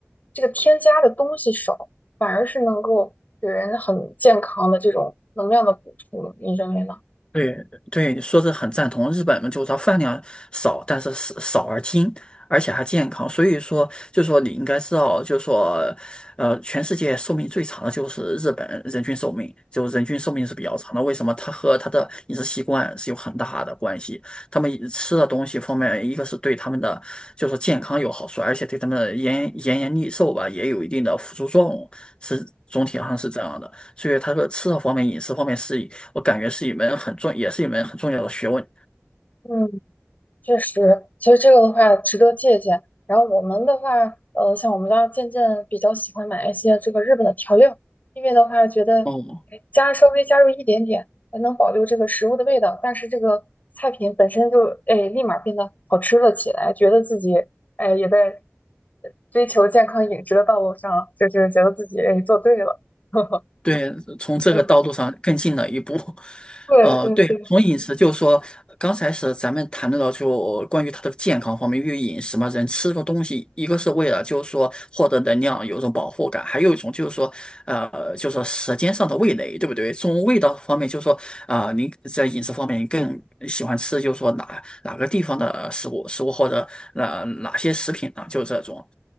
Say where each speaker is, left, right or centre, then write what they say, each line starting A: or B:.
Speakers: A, on the left; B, on the left.
A: 这个添加的东西少，反而是能够给人很健康的这种能量的补充。你认为呢？
B: 对对，你说是很赞同。日本嘛，就是它饭量少，但是少少而精，而且还健康。所以说，就说你应该知道，就说，呃，全世界寿命最长的就是日本人均寿命，就人均寿命是比较长的。为什么？它和它的饮食习惯是有很大的关系。他们饮吃的东西方面，一个是对他们的就说健康有好处，而且对他们的延延年益寿吧也有一定的辅助作用，是总体上是这样的。所以他说吃的方面、饮食方面是。我感觉是一门很重，也是一门很重要的学问。
A: 嗯。确实，其实这个的话值得借鉴。然后我们的话，呃，像我们家渐渐比较喜欢买一些这个日本的调料，因为的话觉得哎加稍微加入一点点，
B: 哦，
A: 还能保留这个食物的味道，但是这个菜品本身就哎立马变得好吃了起来，觉得自己哎也在追求健康饮食的道路上了，就是觉得自己哎做对了。<laughs>
B: 对，从这个道路上更进了一步。
A: 嗯，
B: <laughs>
A: 对对对，
B: 呃，对，从饮食就是说，刚才是咱们谈论到就关于它的健康方面，因为饮食嘛，人吃个东西，一个是为了就是说获得能量，有一种保护感，还有一种就是说，呃，就是说舌尖上的味蕾，对不对？从味道方面，就是说啊、您在饮食方面，你更喜欢吃就是说哪哪个地方的食物，食物或者哪哪些食品呢？就这种。